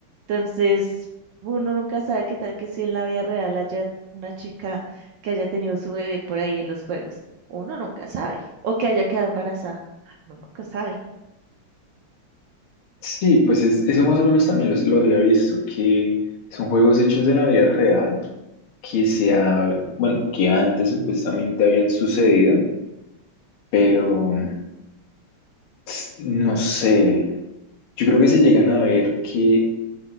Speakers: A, on the right; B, on the left.
A: Entonces, uno nunca sabe qué tal que si en la vida real haya una chica que haya tenido su bebé por ahí en los juegos. Uno nunca sabe. O que haya quedado embarazada. Ah, Uno nunca sabe.
B: Sí, pues es- eso más o menos también los- lo había visto, que son juegos hechos de la vida real, que se ha, bueno, que antes supuestamente habían sucedido, pero
A: Ujú.
B: s- no sé. Yo creo que si llegan a ver que